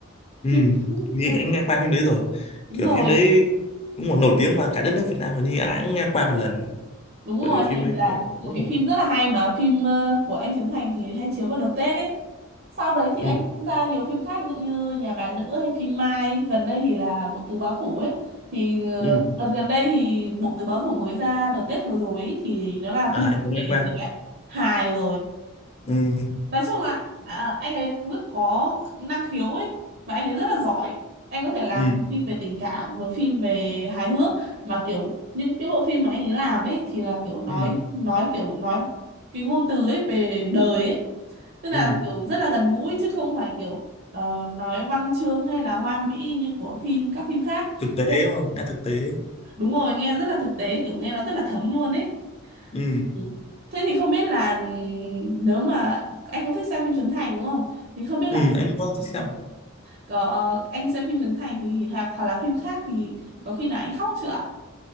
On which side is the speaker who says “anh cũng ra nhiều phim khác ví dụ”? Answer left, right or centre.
Right